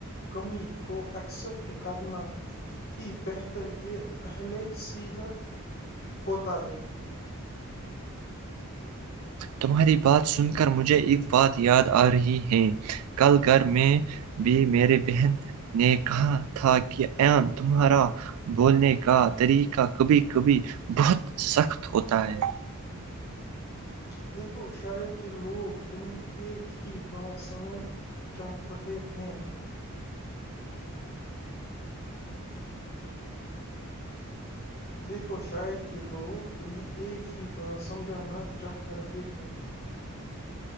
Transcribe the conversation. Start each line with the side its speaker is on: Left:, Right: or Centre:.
Left: کمی کو ایکسپٹ کرنا ہی بہتر کے پہلے سیدھا ہوتا ہے
Right: تمہاری بات سن کر مجھے ایک بات یاد آ رہی ہے کل میں بھی میرے بہن نے کہا تھا کہ ایں تمہارا بولنے کا طریقہ کبھی کبھی بہت سخت ہوتا ہے
Left: <inaudible> دیک شاید کے لوگ تمہیں ایک ہی بات سمجھ رہے ہیں دیکھو شار کہ لوگ تمہیں ایک ہی بات سمجھانا چاہ رہے ہیں